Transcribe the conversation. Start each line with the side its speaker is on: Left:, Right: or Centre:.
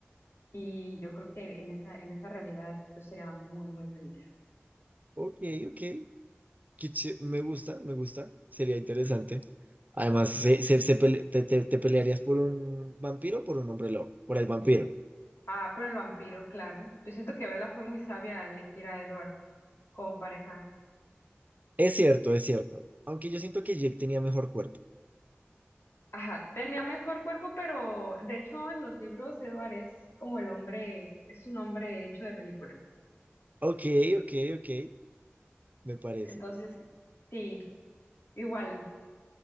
Left: y yo creo que en esa, en esa realidad yo sería muy, muy feliz.
Right: Ok, ok. Qué ché- Me gusta, me gusta. Sería interesante. Además, se- se- se pele- te, te- te pelearías por un vampiro o por un hombre lobo. Por el vampiro.
Left: Ah, pero el vampiro, claro. Yo siento que Bella fue muy sabia al elegir a Edward como pareja.
Right: Es cierto, es cierto. Aunque yo siento que Jake tenía mejor cuerpo.
Left: Ajá, tenía mejor cuerpo, pero de hecho en los libros Edward es como el hombre, es un hombre hecho de película.
Right: Ok, ok, ok. Me parece.
Left: Entonces, sí, igual,